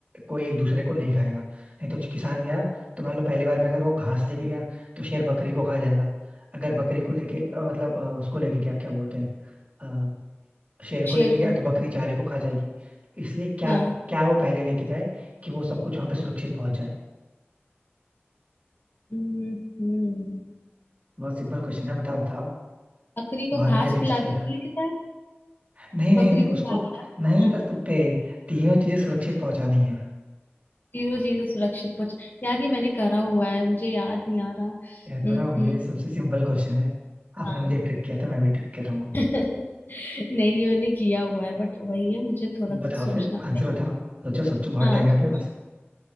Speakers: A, on the right (about 35°); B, on the left (about 50°).
A: कोई एक दूसरे को नहीं खाएगा नहीं तो किसान गया तो मान लो पहली बार में अगर वो घास लेके गया तो शेर बकरी को खा जाएगा अगर बकरी को लेके अ, मतलब अ, उसको लेके गया क्या बोलते हैं शेर को
B: शेर
A: लेके गया
B: को
A: तो बकरी चारे को खा जाएगी इसलिए क्या
B: हाँ
A: क्या वो पहले लेके जाए कि वो सब कुछ वहां पे सुरक्षित पहुंच जाए
B: हम्म हम्म
A: बहुत सिंपल क्वेश्चन है बताओ बताओ
B: बकरी
A: बहुत
B: को घास
A: मुझे ट्विस्ट
B: खिलाते
A: किया था
B: हुए ले जाए
A: नहीं नहीं
B: बकरी
A: नहीं,
B: को
A: उसको
B: घास
A: नहीं
B: हाँ,
A: कर सकते तीनों चीजें सुरक्षित पहुंचानी है
B: जीरो जीरो सुरक्षित पहुंचा यार ये मैंने करा हुआ है मुझे याद नहीं आ रहा उम,
A: कह तो रहा
B: उम,
A: हूँ ये सबसे सिंपल क्वेश्चन है आपने
B: हाँ
A: मुझे ट्रिक किया था मैं भी ट्रिक कर रहा हूँ
B: <laughs> नहीं ये मैंने किया हुआ है बट वही है मुझे थोड़ा सा
A: बताओ
B: सोचना
A: फिर
B: पड़ेगा
A: आंसर बताओ सोचो सोचो बहुत
B: हाँ
A: टाइम है
B: सोच-
A: अपने पास